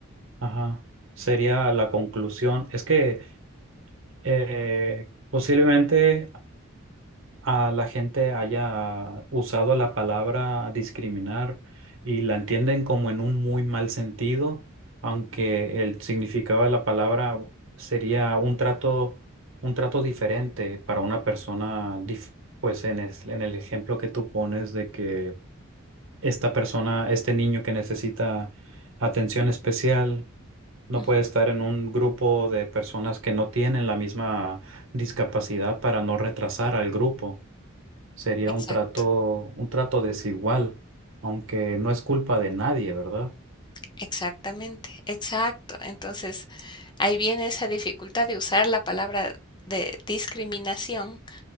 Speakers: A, on the right; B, on the left.
A: ajá. Sería la conclusión. Es que eh, posiblemente a la gente haya usado la palabra discriminar y la entienden como en un muy mal sentido, aunque el significado de la palabra sería un trato, un trato diferente para una persona, dif- pues en, es- en el ejemplo que tú pones de que esta persona, este niño que necesita atención especial, no
B: Ujú,
A: puede estar en un grupo de personas que no tienen la misma discapacidad para no retrasar al grupo. Sería
B: Exacto.
A: un trato, un trato desigual, aunque no es culpa de nadie, ¿verdad?
B: Exactamente, exacto. Entonces ahí viene esa dificultad de usar la palabra de discriminación